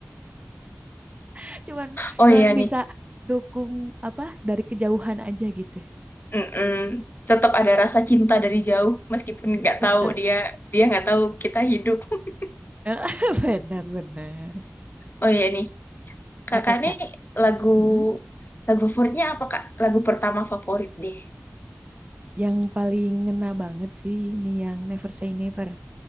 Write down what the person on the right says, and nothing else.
<laughs> Cuman
cuman
bisa dukung apa dari kejauhan aja gitu.
Heeh.
<laughs> Benar-benar.
Apa
Kak?
Mm-mm.
Yang paling ngena banget sih ini yang Never Say Never.